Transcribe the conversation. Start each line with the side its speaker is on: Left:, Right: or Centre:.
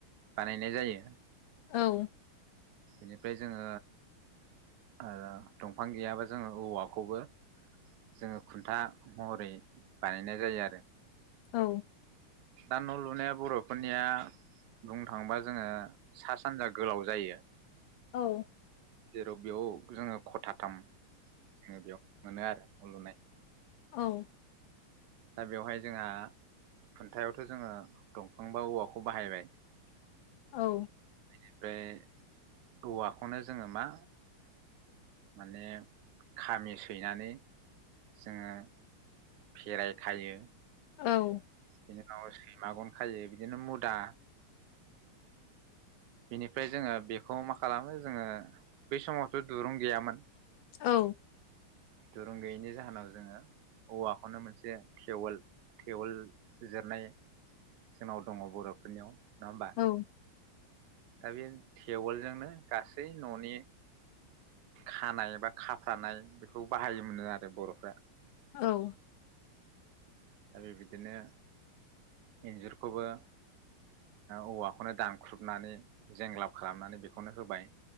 Right: बानायनाय जायो।
Left: औ।
Right: बेनिफ्राय जोङो ओ दंफां गैयाबा जोङो औवाखौबो जोङो खुन्था महरै बानायनाय जायो आरो।
Left: औ।
Right: दा न' लुनाया बर'फोरनिया बुंनो थाङोबा जोङो सा सानजा गोलाव जायो।
Left: औ।
Right: जेराव बेयाव जोङो ख'थाथाम जोङो बेयाव मोनो आरो न' लुनाय
Left: औ।
Right: दा बेवहाय जोंहा खुन्थायावथ' जोङो दंफां बा औवाखौ बाहायबाय
Left: औ।
Right: बेनिफ्राय औवाखौनो जोङो मा माने खामि सैनानै जोङो फेरायखायो
Left: औ।
Right: बिनि उनाव सैमा गन खायो बिदिनो मुदा बेनिफ्राय जोङो बेखौ मा खालामो जोङो बै समावथ' दुरुं गैयामोन
Left: औ।
Right: दुरुं गैयैनि जाहोनाव जोङो औवाखौनो मोनसे थेवोल थेवोल जिरनाय जोंनाव दङ बर'फोरनियाव नङा होमबा?
Left: औ
Right: दा बे थेवोलजोंनो गासै न'नि खानाय बा खाफ्रानाय बेखौ बाहायोमोननो आरो बर'फ्रा
Left: औ
Right: दा बेबायदिनो इन्जुरखौबो औवाखौनो दानख्रुबनानै जेंग्लाब खालामनानै बेखौनो होबाय